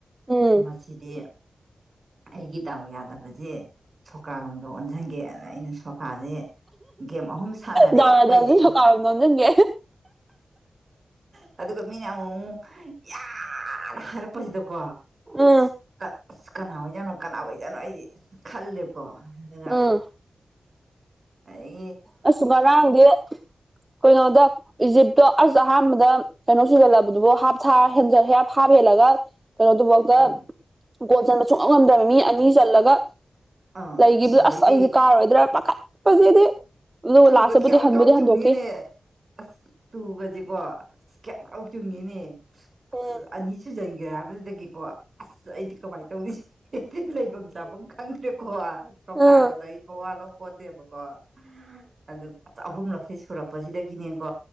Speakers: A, on the right; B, on the right.
A: ꯎꯝ
B: ꯃꯁꯤꯗꯤ ꯑꯩꯒꯤ ꯗꯥꯎ ꯌꯥꯗꯕꯁꯦ ꯁꯣꯀꯥꯔꯣꯝꯗ ꯑꯣꯟꯁꯤꯟꯒꯦ ꯑꯗꯨꯗ ꯑꯩꯅ ꯁꯣꯀ ꯁꯣꯀꯥꯅꯦ ꯒꯦꯝ ꯑꯍꯨꯝ ꯁꯥꯟꯅꯔꯦ
A: ꯗꯥ
B: ꯑꯩꯈꯣꯏꯁꯦ
A: ꯗꯥꯁꯨ ꯁꯣꯀꯥꯔꯣꯝ ꯅꯣꯝꯖꯤꯟꯒꯦ
B: <unintelligible> ꯑꯗꯨꯒ ꯃꯤꯅ ꯑꯃꯨꯛ ꯃꯨꯛ ꯌꯥ ꯍꯥꯏꯅ ꯍꯥꯏꯔꯛꯄꯁꯤꯗꯀꯣ ꯑꯁ
A: ꯎꯝ
B: ꯑꯁ ꯀꯅꯥ ꯑꯣꯏꯖꯠꯅꯣ ꯀꯅꯥ ꯑꯣꯏꯖꯠꯅꯣ ꯑꯩꯁꯦ ꯈꯜꯂꯦꯀꯣ ꯑꯗꯨꯒ
A: ꯎꯝ
B: ꯑꯩ
A: ꯑꯁ ꯉꯔꯥꯡꯗꯤ ꯀꯩꯅꯣꯗ ꯏꯖꯤꯞ ꯇꯣ ꯑꯁ ꯑꯍꯥꯟꯕꯗ ꯀꯩꯅꯣ ꯁꯨꯖꯜꯂꯕꯗꯨꯕꯨ ꯍꯥꯞꯊꯥꯔ ꯍꯦꯜꯂꯒ ꯀꯩꯅꯣꯗꯨꯕꯥꯎꯗ
B: ꯎꯝ
A: ꯒꯣꯜ ꯆꯟꯕ ꯁꯨꯡꯉꯝ ꯉꯝꯗ꯭ꯔꯕ ꯃꯤ ꯑꯅꯤ ꯆꯜꯂꯒ
B: ꯑꯥ
A: ꯂꯩꯒꯤꯕꯗꯨ
B: ꯑꯗꯩꯗꯤ
A: ꯑꯁ ꯑꯩꯗꯤ ꯀꯥꯔꯔꯣꯏꯗ꯭ꯔꯥ ꯄꯥꯈꯠꯄꯁꯤꯗꯤ ꯑꯗꯨꯒ
B: ꯇꯨꯒ
A: ꯂꯥꯁꯇꯕꯨꯗꯤ
B: ꯈ꯭ꯌꯥꯎ
A: ꯍꯟꯕꯨꯗꯤ
B: ꯈ꯭ꯌꯥꯎ ꯆꯣꯡꯉꯤꯅꯦ
A: ꯍꯟꯗꯣꯛꯈꯤ
B: ꯑꯁ ꯇꯨꯒꯁꯦꯀꯣ ꯑꯁ ꯀꯌꯥꯎ ꯀꯥꯎ ꯆꯨꯝꯉꯅꯦ ꯑꯁ
A: ꯎꯝ
B: ꯑꯅꯤ ꯁꯨꯖꯟꯒ꯭ꯔꯦ ꯍꯥꯏꯕꯗꯨꯗꯒꯤꯀꯣ ꯑꯁ ꯑꯩꯗꯤ ꯀꯃꯥꯏ ꯇꯧꯅꯤꯁꯤꯗꯤ ꯍꯦꯛꯇꯥ ꯂꯩꯐꯝ ꯆꯥꯐꯝ ꯈꯪꯗ꯭ꯔꯦꯀꯣ ꯁꯣꯀꯥꯒꯗꯣ
A: ꯎꯝ
B: ꯑꯩ ꯃꯋꯥ ꯂꯧꯄꯣꯠꯇꯦꯕꯀꯣ ꯑꯗꯨ ꯑꯁ ꯑꯍꯨꯝꯂꯛꯁꯦ ꯁꯨꯔꯛꯄꯁꯤꯗꯒꯤꯅꯦꯀꯣ